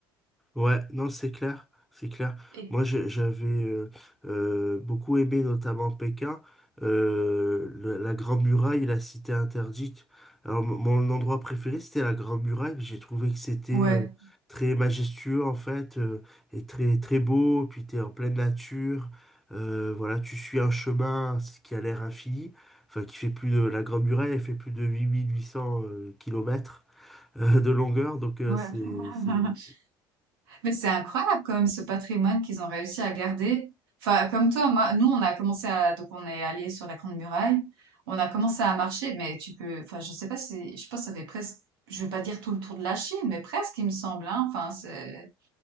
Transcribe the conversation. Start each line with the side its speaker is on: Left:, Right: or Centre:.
Centre: Ouais, non, c'est clair, c'est clair.
Right: Et
Centre: Moi, je- j'avais euh, euh, beaucoup aimé, notamment Pékin, euh, le- la Grande Muraille et la Cité Interdite. Alors, mon mon endroit préféré, c'était la Grande Muraille. J'ai trouvé que c'était
Right: ouais,
Centre: euh, très majestueux, en fait, euh, et très, très beau. Puis, t'es en pleine nature. Euh, voilà, tu suis un chemin ce qui a l'air infini. Enfin, qui fait plus de, la Grande Muraille, elle fait plus de huit huit mille huit cents euh, kilomètres <laughs> euh, de longueur. Donc, euh,
Right: ouais.
Centre: c'est,
Right: <laughs>
Centre: c'est,
Right: Mais c'est incroyable quand même ce patrimoine qu'ils ont réussi à garder. Enfin, comme toi, moi, nous, on a commencé à, donc on est allé sur la Grande Muraille. On a commencé à marcher, mais tu peux, enfin, je sais pas si, je pense que ça fait presque, je vais pas dire tout le tour de la Chine, mais presque, il me semble, hein. Enfin, c'est-